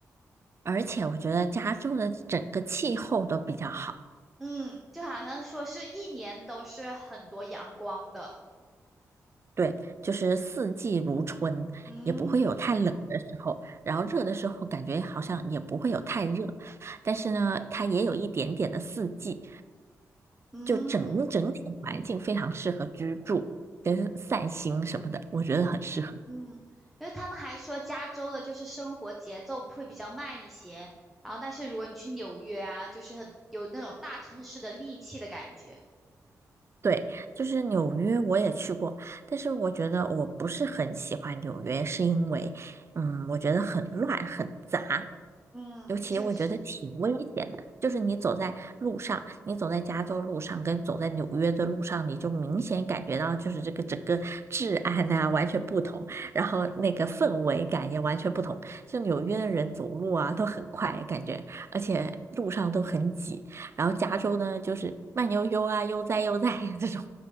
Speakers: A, on the right; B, in the centre.
A: 而且我觉得加州的整个气候都比较好。
B: 嗯，就好像说是一年都是很多阳光的。
A: 对，就是四季如春，
B: 嗯
A: 也不会有太冷的时候，然后热的时候感觉好像也不会有太热，但是呢，它也有一点点的四季，
B: 嗯。
A: 就整整体的环境非常适合居住跟散心什么的，我觉得很适合。
B: 嗯，因为他们还说加州的就是生活节奏会比较慢一些，然后但是如果你去纽约啊，就是很有那种大城市的戾气的感觉。
A: 对，就是纽约我也去过，但是我觉得我不是很喜欢纽约，是因为，嗯，我觉得很乱很杂，
B: 嗯，
A: 尤其我觉得挺危险的，
B: 确实，
A: 就是你走在路上，你走在加州路上跟走在纽约的路上，你就明显感觉到就是这个整个治安啊完全不同，然后那个氛围感也完全不同。就纽约的人走路啊都很快，感觉而且路上都很挤，然后加州呢就是慢悠悠啊悠哉悠哉呀这种。